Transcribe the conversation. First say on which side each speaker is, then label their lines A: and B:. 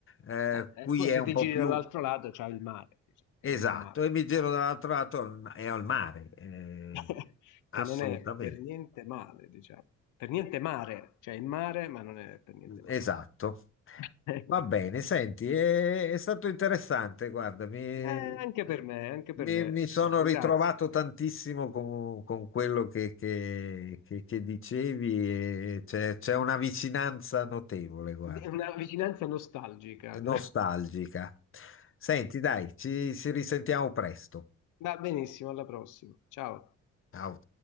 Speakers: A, on the left; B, on the left.
A: eh,
B: Eh,
A: qui
B: e poi
A: è
B: se
A: un
B: ti
A: po'
B: giri
A: più
B: dall'altro lato c'è il mare, diciamo, che
A: esatto,
B: non è male,
A: e mi giro dall'altro lato al- e al mare, eh,
B: <laughs>
A: assolutamente.
B: che non è per niente male, diciamo. Per niente mare, cioè il mare, ma non è per niente male.
A: Esatto.
B: <laughs>
A: Va bene, senti, è, è stato interessante, guarda, mi,
B: Eh, anche per me, anche per
A: mi-
B: me,
A: mi sono
B: Fabio,
A: ritrovato
B: grazie.
A: tantissimo con, con quello che, che- che- che dicevi e c'è c'è una vicinanza notevole, guarda,
B: È una vicinanza nostalgica.
A: è nostalgica.
B: <laughs>
A: Senti, dai, ci ci risentiamo presto.
B: Va benissimo, alla prossima. Ciao.
A: Ciao.